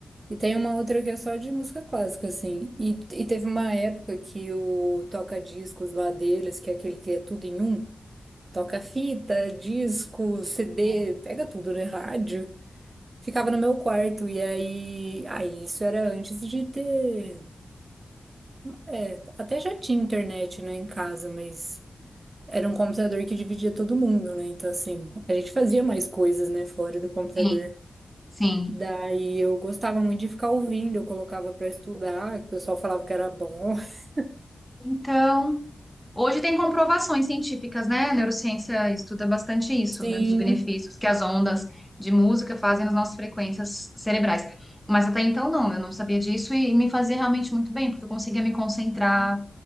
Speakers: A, on the right; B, in the centre.
A: e tem uma outra que é só de música clássica, assim. E, e teve uma época que o toca-discos lá deles, que é aquele que é tudo em um, toca fita, disco, CD,
B: Sim,
A: pega tudo, né? Rádio. Ficava no meu quarto, e aí, aí isso era antes de ter. É, até já tinha internet, né, em casa, mas era um computador que dividia todo mundo, né? Então, assim, a gente fazia mais coisas, né, fora do computador.
B: sim. sim.
A: Daí eu gostava muito de ficar ouvindo, eu colocava pra estudar, que o pessoal falava que era bom. <laughs>
B: Então, Hoje tem comprovações científicas, né? A neurociência estuda bastante isso,
A: Sim,
B: né? Dos benefícios que as ondas de música fazem nas nossas frequências cerebrais. Mas até então não, eu não sabia disso e me fazia realmente muito bem, porque eu conseguia me concentrar,